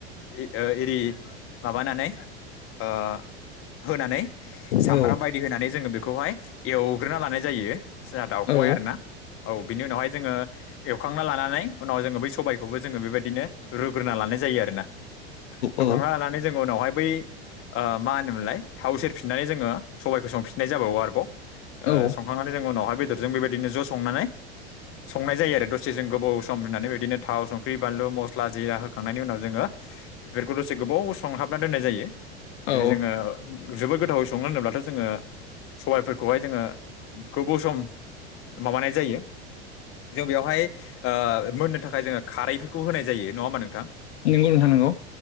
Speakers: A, on the left; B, on the left.
A: इ ओ इरि माबानानै ओ होनानै सामब्राम
B: औ
A: बायदि होनानै जोङो बेखौहाय एव ग्रोना लानाय जायो जोहा दाउखौहाय
B: औ
A: आरोना औ बिनि उनावहाय जोङो एवखांना लाना नै उनाव जोङो बै सबायखौबो जोङो बेबाय दिनो रुग्रोना लानाय जायो आरोना रुखांना
B: औ
A: लानानै जोङो उनावहाय बै ओ मा होनोमोनलाय थाव सेरफिननानै जोङो सबायाइखौ संफिननाय जाबावो आरोबाव ओ
B: औ
A: संखांनानै जों उनावहाय बेदर जों बेबायदिनो ज' सनानै सनाय जायो आरो से जों गोबाव सम होनानै बिदिनो थाव संख्रि बानलु मस्ला जिरा होखांनायनि उनाव जोङो बेफोरखौ दसे गोबाव संहाबना दोननाय जायो <unintelligible> जोङो
B: औ
A: जोबोद गोथावै सङो होनोब्लाथ' जोङो सबायफोरखौहाय जोङो गोबौ सम माबानाय जायो जों बेवहाय ओ मोननो थाखाय जोङो खारैफोरखौ होनाय जायो नङा होमबा नोंथां
B: नोंगौ नोंथां नोंगौ